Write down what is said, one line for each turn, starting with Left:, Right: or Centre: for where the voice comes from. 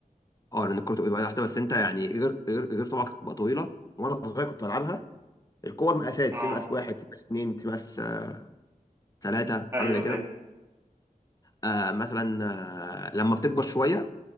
Left: اه لان الكوره تبقى واحده بس انت يعني غير غير غير طبعا كانت بتبقى طويله وانا صغير كنت بلعبها الكور مقاسات
Right: اه
Left: في مقاس واحد في مقاس اتنين في مقاس آه، تلاته
Right: ايوه
Left: حاجه زي كده
Right: فاهم
Left: آه مثلا آه لما بتكبر شويه